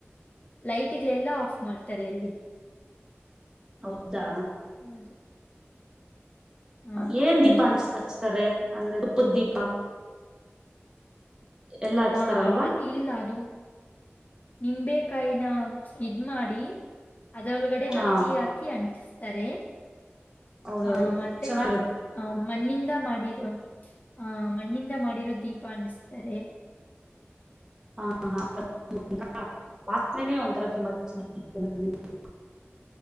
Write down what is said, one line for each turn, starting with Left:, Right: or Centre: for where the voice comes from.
Left: ಲೈಟ್ಗಳೆಲ್ಲ ಆಫ್ ಮಾಡ್ತಾರೆ ಅಲ್ಲಿ
Right: ಹೌದಾ
Left: ಹೌದು ಹಾ
Right: ಏನೇನ್
Left: ಹೌದು
Right: ದೀಪ ಹಂಚ್ ಹಚ್ತಾರೆ ಅಂದ್ರೆ ತುಪ್ಪದ ದೀಪ ಎಲ್ಲಾ ಹಚ್ತಾರಲ್ವಾ
Left: ಹಾ ಇಲ್ಲ ಅದು ನಿಂಬೆೇಕಾಯಿನ ಇದ ಮಾಡಿ ಅದರೊಳಗಡೆ ಹತ್ತಿ
Right: ಹಾ
Left: ಹಾಕಿ ಅಂಟಿಸ ತರೆ
Right: ಹೌದೌದು
Left: ಹ ಮತ್ತೆ
Right: ಚೆನ್ನಾಗಿರುತ್ತೆ
Left: ಆ ಮಣ್ಣಿಂದ ಮಾಡಿರ ಅ ಮಣ್ಣಿಂದ ಮಾಡಿ ದೀಪ ಅನ್ನಿಸ್ತಾರೆ.
Right: ಹಾ ಹ ವಾಸನೆನೇ ಒಂತರ ತುಂಬಾ ಚೆ <unintelligible>